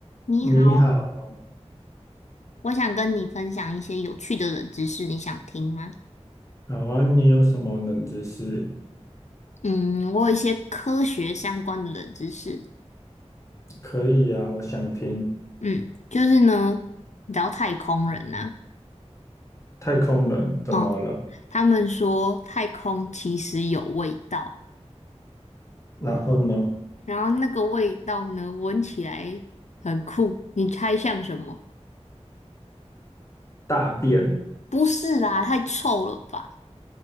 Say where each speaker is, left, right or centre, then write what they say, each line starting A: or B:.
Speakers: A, on the left; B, on the left.
A: 你好，
B: 你好，
A: 我想跟你分享一些有趣的冷知识，你想听吗？
B: 好啊，你有什么冷知识？
A: 嗯，我有一些科学相关的冷知识。
B: 可以啊，我想听。
A: 嗯，就是呢，你知道太空人呐、
B: 太空人怎么了？
A: 啊，嗯，他们说太空其实有味道，
B: 然后呢？
A: 然后那个味道呢，闻起来很酷，你猜像什么？
B: 大便
A: 不是啦，太臭了吧？